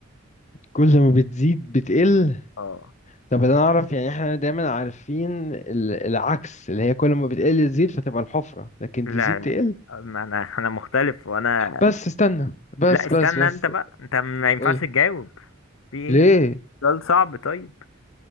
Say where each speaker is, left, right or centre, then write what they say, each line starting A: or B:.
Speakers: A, on the left (about 35°); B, on the left (about 70°).
A: كل ما بتزيد بتقل
B: اه
A: طب انا اعرف يعني احنا دايما عارفين ال- العكس اللي هي كل ما بتقل تزيد فتبقى الحفرة لكن
B: لا
A: تزيد
B: لا
A: تقل
B: ما انا انا مختلف وانا
A: بس استنى بس
B: لا استنى
A: بس بس
B: انت بقى انت ما ينفعش
A: قولي
B: تجاوب في ايه
A: ليه
B: سؤال صعب طيب